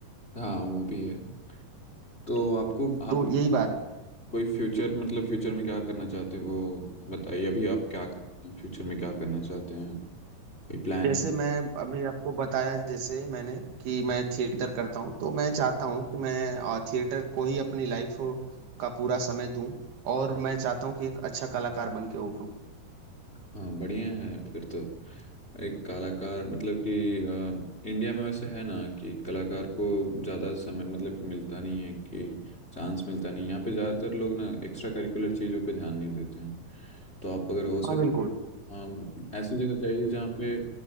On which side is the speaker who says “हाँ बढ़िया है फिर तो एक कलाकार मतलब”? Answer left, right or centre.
Left